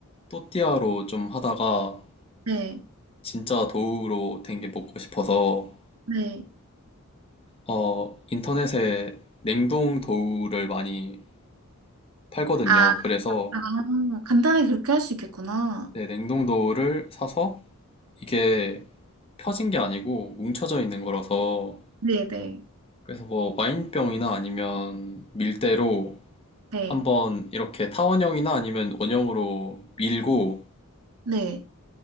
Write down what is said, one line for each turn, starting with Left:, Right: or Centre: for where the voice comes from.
Left: 또띠아로 좀 하다가
Right: 네,
Left: 진짜 도우로 된 게 먹고 싶어서
Right: 네.
Left: 어 인터넷에 냉동 도우를 많이 팔거든요.
Right: 아,
Left: 그래서
Right: 아, 간단하게 그렇게 할 수 있겠구나.
Left: 네, 냉동 도우를 사서 이게 펴진 게 아니고 뭉쳐져 있는 거라서
Right: 네, 네,
Left: 그래서 뭐 와인병이나 아니면 밀대로
Right: 네,
Left: 한번 이렇게 타원형이나 아니면 원형으로 밀고
Right: 네,